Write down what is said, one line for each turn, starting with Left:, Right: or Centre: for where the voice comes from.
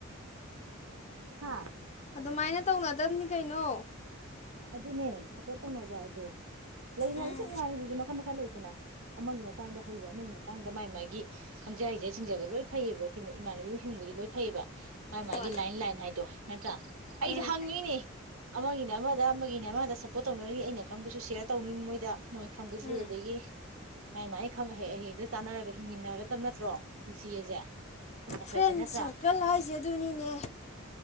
Right: ꯍꯥꯥ
Left: ꯑꯗꯨꯃꯥꯏꯅ ꯇꯧꯅꯗꯕꯅꯤ ꯀꯩꯅꯣ
Right: ꯑꯗꯨꯅꯦ ꯁꯞꯄꯣꯔꯠ ꯇꯧꯅꯕ ꯑꯗꯣ ꯂꯩꯅꯤ ꯍꯥꯏ
Left: ꯎꯝ
Right: ꯁꯨꯝ ꯋꯥꯅꯤꯉꯏꯃꯥꯟꯕꯤ ꯃꯈꯟ ꯃꯈꯜ ꯂꯩꯗꯅ ꯑꯃꯒꯤ ꯃꯇꯥꯡꯗ ꯍꯩꯕ ꯑꯃꯒꯤ ꯃꯇꯥꯡꯗ ꯃꯥꯥꯏ ꯃꯥꯒꯤ ꯈꯪꯖ ꯍꯩꯖ ꯁꯤꯡꯖꯕ ꯂꯣꯏ ꯐꯩꯌꯦꯕ ꯏꯃꯥꯟꯅꯕꯤꯁꯤꯡꯕꯨꯗꯤ ꯂꯣꯏ ꯐꯩꯌꯦꯕ ꯃꯥꯥꯏ ꯃꯥꯒꯤ
Left: ꯍꯣꯏ
Right: ꯂꯥꯏꯟ ꯂꯥꯏꯟ ꯍꯥꯏꯗꯣ ꯅꯠꯇꯔ ꯑꯩꯁꯦ
Left: ꯎꯝ
Right: ꯍꯪꯉꯤꯅꯦ ꯑꯃꯒꯤꯅꯦ ꯑꯃꯗ ꯑꯃꯒꯤꯅꯦ ꯑꯃꯗ ꯁꯞꯄꯣꯔꯠ ꯇꯧꯅꯔꯤ ꯑꯩꯅ ꯈꯪꯕꯨꯁꯨ ꯁꯦꯌꯔ ꯇꯧꯅꯤ ꯃꯣꯏꯗ ꯃꯣꯏ ꯈꯥꯡꯕꯨꯖꯨ
Left: ꯎꯝ
Right: ꯑꯗꯒꯤ ꯃꯥꯏ ꯃꯥꯏ ꯈꯪ ꯑꯍꯩ ꯑꯍꯩꯗꯨꯣ ꯇꯥꯟꯅꯔꯒ ꯍꯤꯡꯃꯤꯟꯅꯒꯗꯕ ꯅꯠꯇ꯭ꯔꯣ ꯄꯨꯟꯁꯤ ꯑꯁꯦ ꯑꯐꯔꯁꯦ
Left: ꯐ꯭ꯔꯦꯟ
Right: ꯅꯠꯇ꯭ꯔꯥ
Left: ꯁꯥꯔꯀꯜ ꯍꯥꯏꯁꯦ ꯑꯗꯨꯅꯤꯅꯦ